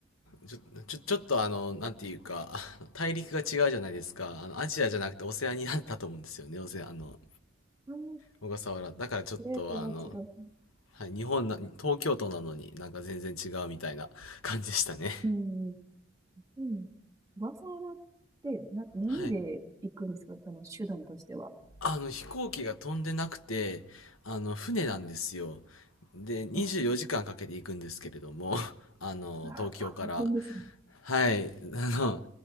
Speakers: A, on the left; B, on the right.
A: ちょ、ちょ、ちょっとあの、なんていうか、<laughs> 大陸が違うじゃないですか。あの、アジアじゃなくてオセアニアだと思うんですよね。オセア、あの、
B: あー
A: 小笠原。だからちょっとあの、
B: プレートが違う。
A: はい、日本な、東京都なのになんか全然違うみたいな <laughs> 感じでしたね。
B: うん。そうなんです。小笠原ってな、何で行くんですかあの、
A: <laughs> はい。
B: 手段としては。
A: あの、飛行機が飛んでなくて、あの、船なんですよ。
B: う
A: で、24時間かんかけて行くんですけれども、
B: わ
A: <laughs> あの、
B: あ、
A: 東京から。
B: 大変ですね。
A: はい。あ